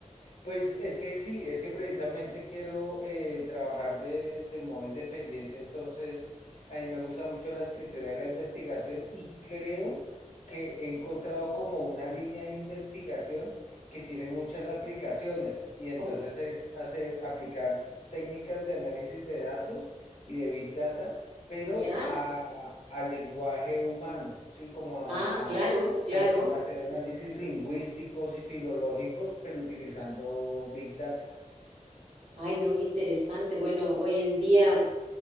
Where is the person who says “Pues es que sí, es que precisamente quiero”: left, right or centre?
Left